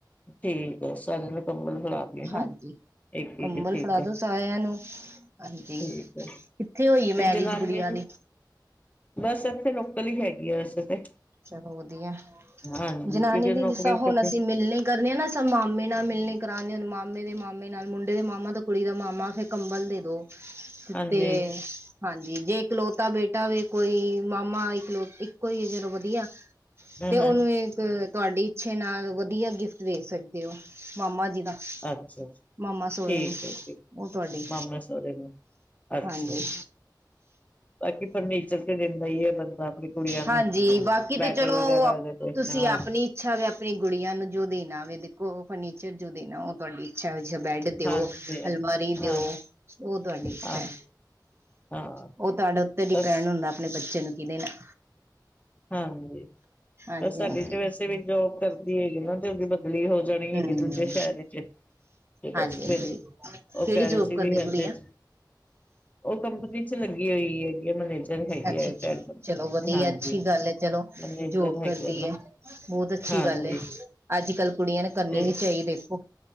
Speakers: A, on the left; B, on the right.
A: ਠੀਕ ਏ ਸਾਰਿਆਂ ਨੂੰ ਕੰਬਲ ਫੜਾ ਦੀਏ
B: ਹਾਂਜੀ
A: ਹਾਂ ਇੱਕ
B: ਕੰਬਲ
A: ਇੱਕ ਠੀਕ
B: ਫੜਾ
A: ਹੈ
B: ਦੋ ਸਾਰਿਆਂ ਨੂੰ ਹਾਂਜੀ
A: ਠੀਕ
B: ਕਿੱਥੇ
A: ਹੈ
B: ਹੋਈ
A: ਤੇ
B: ਮੈਰਿਜ
A: ਜਨਾਨੀਆਂ
B: ਗੁੜੀਆ ਦੀ
A: ਬਸ ਇੱਥੇ ਲੋਕਲ ਹੀ ਹੈਗੀ ਆ ਵੈਸੇ ਤੇ
B: ਚਲੋ ਵਧੀਆ
A: ਹਾਂਜੀ
B: ਜਨਾਨੀਆਂ
A: ਕਿਉਂਕਿ
B: ਦੀ
A: ਨੌਕਰੀ
B: ਜਿਸ ਤਰ੍ਹਾਂ ਹੁਣ
A: ਕਰਦੇ
B: ਅਸੀਂ ਮਿਲਣੀ ਕਰਨ ਆ ਨਾ ਸ ਮਾਮੇ ਨਾਲ ਮਿਲਣੀ ਕਰਾਉਂਦੇ ਮਾਮੇ ਦੇ ਮਾਮੇ ਨਾਲ ਮੁੰਡੇ ਦੇ ਮਾਮਾ ਤਾਂ ਕੁੜੀ ਦਾ ਮਾਮਾ ਫ ਕੰਬਲ ਦੇ ਦੋ
A: ਹਾਂਜੀ
B: ਤੇ ਹਾਂਜੀ ਜੇ ਇਕਲੋਤਾ ਬੇਟਾ ਹੋਵੇ ਕੋਈ ਮਾਮਾ ਇੱਕ ਲੋ ਇੱਕੋ ਹੀ ਜਦੋਂ ਵਧੀਆ
A: ਹੂੰ
B: ਤੇ
A: ਹੂੰ
B: ਉਹਨੂੰ ਤੁਹਾਡੀ ਇੱਛੇ ਨਾਲ ਵਧੀਆ ਗਿਫਟ ਦੇ ਸਕਦੇ ਹੋ ਮਾਮਾ ਜੀ ਦਾ
A: ਅੱਛਾ
B: ਮਾਮਾ ਸੋਹਰੇ
A: ਠੀਕ
B: ਨੂੰ
A: ਹੈ ਠੀਕ
B: ਉਹ ਤੁਹਾਡੀ
A: ਮਾਮਾ ਸਰੇ ਅੱਛਾ
B: ਹਾਂਜੀ
A: ਜ ਬਾਕੀ ਫਰਨੀਚਰ ਤੇ ਦਿੰਦਾ ਈ ਐ ਬੰਦਾ ਆਪਣੀ ਕੁੜੀਆਂ
B: ਹਾਂਜੀ
A: ਨੂੰ
B: ਬਾਕੀ
A: ਬੈਡ
B: ਤੇ ਚਲੋ
A: ਵਗੈਰਾ
B: ਉਹ
A: ਉਹਦੇ ਤੇ
B: ਤੁਸੀਂ
A: ਹਾਂ
B: ਆਪਣੀ ਇੱਛਾ ਵਵੇ ਆਪਣੀ ਗੁੜੀਆਂ ਨੂੰ ਜੋ ਦੇਣਾ ਵਵੇ ਦੇਖੋ ਉਹ ਫਰਨੀਚਰ ਜੋ ਦੇਣਾ ਉਹ ਤੁਹਾਡੀ ਅੱਛਾ ਅਛ ਬੈਡ ਦਿਓ
A: ਹਾਂਜੀ
B: ਅਲਮਾਰੀ
A: ਹਾਂ
B: ਦਿਓ ਉਹ ਤੁਹਾਡੀ ਇੱਛਾ
A: ਹਾਂ
B: ਐ
A: ਹਾਂ
B: ਉਹ ਤੁਹਾਡਾ ਉੱਤਰ ਹੀ
A: ਬਸ
B: ਪੈਣ ਹੁੰਦਾ ਆਪਣੇ ਬੱਚੇ ਨੂੰ ਕਿਹਦੇ ਨਾਲ
A: ਹਾਂਜੀ
B: ਹਾਂਜੀ
A: ਬਸ ਸਾਡੇ
B: ਹਾਂਜੀ
A: ਤੇ ਵੈਸੇ ਵੀ ਜੋਬ ਕਰਦੀ ਹੈਗੀ ਨਾ ਤੇ ਉਹਦੀ ਬਦਲੀ ਹੋ ਜਾਣੀ
B: ਹਮ
A: ਹੈਗੀ ਦੂਜੇ ਸ਼ਹਿਰ ਚ ਤੇ
B: ਹਾਂਜੀ
A: ਬਸ
B: ਹਾਂਜੀ
A: ਫਿਰ ਉਹ
B: ਕਿਹੜੀ
A: ਕਹਿ
B: ਜੋਬ
A: ਰਹੇ ਸੀ
B: ਕਰਦੇ
A: ਵੀ ਇਹਦੇ
B: ਗੁੜੀਆ
A: ਚ?? ਉਹ ਕੰਪਨੀ ਚ ਲੱਗੀ ਹੋਈ ਹੈਗੀ <unintelligible>
B: ਅੱਛਾ
A: ਹੈ
B: ਅੱਛਾ
A: ਟੈਕ
B: ਚਲੋ ਵਧੀਆ
A: ਹਾਂਜੀ
B: ਅੱਛੀ ਗੱਲ ਏ ਚਲੋ
A: ਮੈਨੇਜਰ
B: ਜੋਬ
A: ਹੈਗੇ
B: ਕਰਦੀ
A: ਨਾ
B: ਐ ਬਹੁਤ ਅੱਛੀ
A: ਹਾਂਜੀ
B: ਗੱਲ ਏ ਅੱਜ ਕੱਲ ਕੁੜੀਆਂ ਨੂੰ ਕਰਨੀ
A: ਤੇ
B: ਵੀ ਚਾਹੀਦੀ ਦੇਖੋ